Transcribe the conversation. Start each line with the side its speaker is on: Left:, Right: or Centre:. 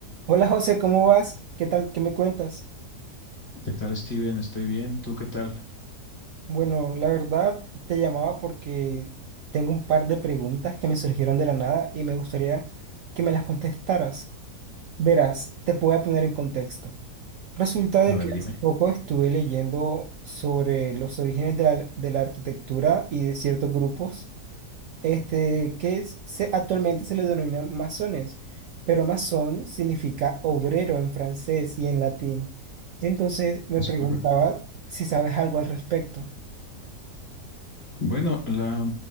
Right: Hola José, ¿cómo vas? ¿Qué tal? ¿Qué me cuentas?
Left: ¿Qué tal, Steven? Estoy bien. ¿Tú qué tal?
Right: Bueno, la verdad te llamaba porque tengo un par de preguntas que me surgieron de la nada y me gustaría que me las contestaras. Verás, te voy a poner en contexto. Resulta de
Left: A ver,
Right: que
Left: dime.
Right: hace poco estuve leyendo sobre los orígenes de la, de la arquitectura y de ciertos grupos. este, que es- se- actualmente se le denomina masones, pero masón significa obrero en francés y en latín. Entonces me
Left: Es
Right: preguntaba
Left: correcto.
Right: si sabes algo al respecto,
Left: Bueno, la,